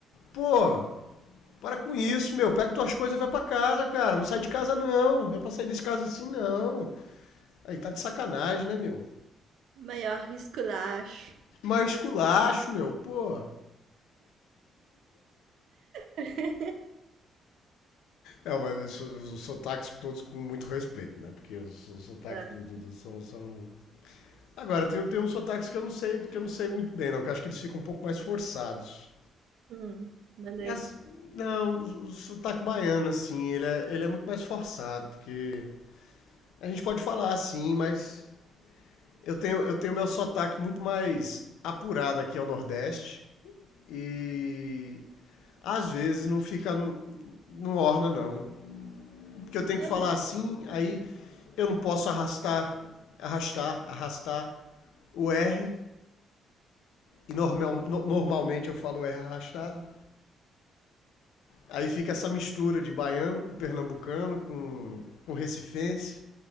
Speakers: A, on the left; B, on the right.
A: Pô, para com isso, meu, pega tuas coisas e vai pra casa, cara. Não sai de casa, não. Não é pra sair desse caso assim, não. Aí tá de sacanagem, né, meu?
B: Maior esculacho.
A: Mas esculacho, meu, pô.
B: <laughs>
A: É, mas os sotaques todos com muito respeito, né? Porque os, os sotaques
B: Tá.
A: do, do- do- são, são Agora, tem, tem uns sotaques que eu não sei, que eu não sei muito bem, não, que eu acho que eles ficam um pouco mais forçados.
B: Hum, manda
A: E
B: aí.
A: as- não, o, o sotaque baiano, assim, ele é, ele é muito mais forçado, porque a gente pode falar assim, mas eu tenho, eu tenho meu sotaque muito mais apurado aqui ao Nordeste e às vezes não fica, no- não orna, não. Porque eu
B: Não.
A: tenho que falar assim, aí eu não posso arrastar, arrastar, arrastar o R e normal, no- normalmente eu falo R arrastado. Aí fica essa mistura de baiano com pernambucano, com, com recifense,